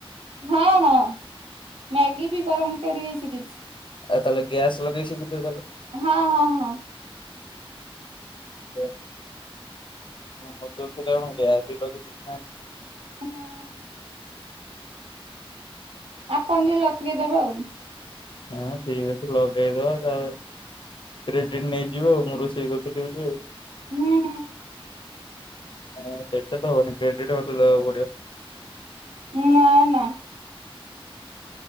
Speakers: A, on the right; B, on the left.
A: ହଁ ହଁ ମ୍ୟାଗି ବି ଗରମ କରି ସିକିଛି।
B: ଆଉ ତାହେଲେ ଗ୍ୟାସ୍ ଲଗେଇ ସିକିଥିବ ତାହେଲେ?
A: ହଁ ହଁ ହଁ।
B: <unintelligible> ହଁ ମତେ ଏମିତି। <unintelligible>
A: ହୁଁ ଆପଣ ଯୋଉ ଲଗେଇଦବେ ଆଉ।
B: ହଁ ଠିକ୍ ଅଛି ଲଗେଇଦବା ତାହାଲେ। ରେଡି ନେଇଯିବ ଆଉ ମୋର ସେଇ କଥା ବୋଲି ଆଉ
A: ହୁଁ।
B: ହଁ ସେଟା ତ ହବନି କ୍ରେଡିଟ ମତେ ଦେବାକୁ ପଡିବ।
A: ନା ନା।